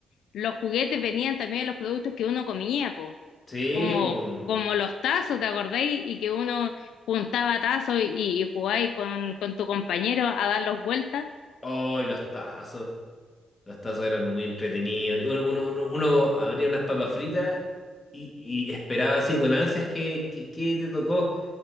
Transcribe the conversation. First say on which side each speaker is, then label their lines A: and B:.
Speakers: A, on the left (about 80°); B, on the left (about 20°).
A: los juguetes venían también de los productos que uno comía, pues,
B: Sí,
A: como,
B: pues.
A: como los tazos, ¿te acordáis? Y que uno juntaba tazos y, y jugaba ahí con, con tu compañero a darlos vueltas.
B: Oh, y los tazos. Los tazos eran muy entretenidos. Uno, uno, uno, uno abría unas papas fritas y, y esperaba así con ansias que, que, que te tocó.